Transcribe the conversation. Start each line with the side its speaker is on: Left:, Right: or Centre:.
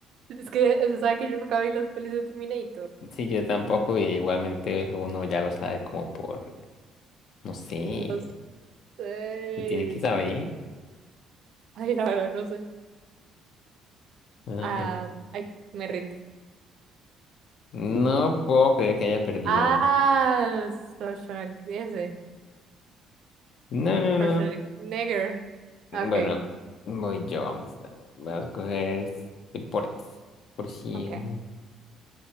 Right: Es que se sabe que yo nunca vi las pelis de Terminator.
Left: Sí, yo tampoco, y igualmente eso uno ya lo sabe como por, no sé,
Right: No sé. este,
Left: que tiene que saber.
Right: Ay, la verdad, no sé.
Left: Ay,
Right: Ah,
Left: no.
Right: ay, me rindo.
Left: No puedo creer que haya perdido.
Right: Ah, Schwarzenegger.
Left: No, no,
Right: Schwarzenegger.
Left: no. Bueno,
Right: Okay,
Left: voy yo, vamos. a- Voy a escoger deportes. Por cien.
Right: okay.